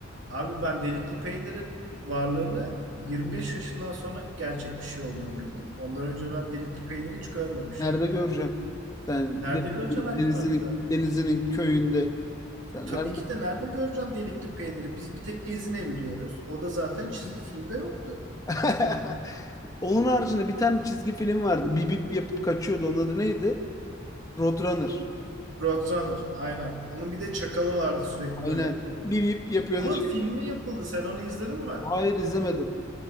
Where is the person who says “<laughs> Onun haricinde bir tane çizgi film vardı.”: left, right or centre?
Left